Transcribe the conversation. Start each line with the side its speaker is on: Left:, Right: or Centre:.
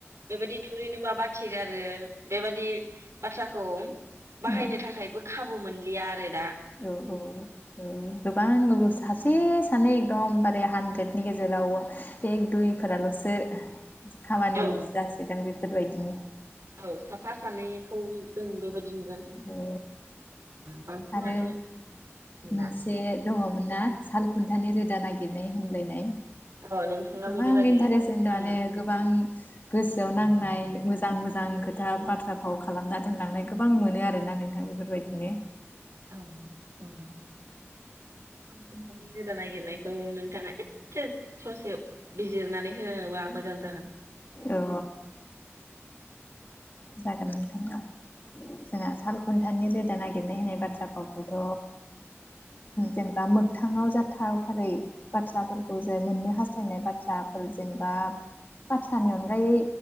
Right: बेबायदि थुरि नुबा बाथिगारो बेबायदि बाथ्राखौ बाहायनो
Left: उम
Right: थाखायबो खाबु मोन <unintelligible>
Left: औ औ औ गोबां सासे सानै एकदमबारे हानद्रेदनि गेजेराव एक दुइफोराल'सो खामानिबो
Right: औ
Left: जासिदों बे बेफोरबायदिनि
Right: औ साफा सानैखौ जों बेबायदि नुगोन
Left: ओ
Right: बांसिनानो
Left: आरो
Right: नुला
Left: मोनसे दङ'मोन ना सालखुन थानि रोदा नागिरनाय होनलायनाय
Right: अ नोंथाङा
Left: गोबां
Right: बेनि बागै
Left: इन्टारेस्ट
Right: ओंखाम
Left: <unintelligible> गोबां गोसोआव नांनाय मोजां मोजां खोथा बाथ्रा फाव खालामना दोनलांनायखौ गोबां मोनो आरोना नोंथां बेफोरबायदिनो
Right: औ औ सालखुन्टानि रोदा नागिरनायखौ नोंथाङा ए से ससे बिजिरनानै होबा मोजां जागोन।
Left: औ जागोन नोंथां जागोन। जोंहा साल खुन्थानि रोदा नागिरनाय होननाय बाथ्रा फावखौथ' जेनेबा मोगथाङाव जाथावथारै बाथ्राफोरखौ जाय मोननो हास्थायनाय बाथ्राफोर जेनेबा बाथ्रानि अनगायै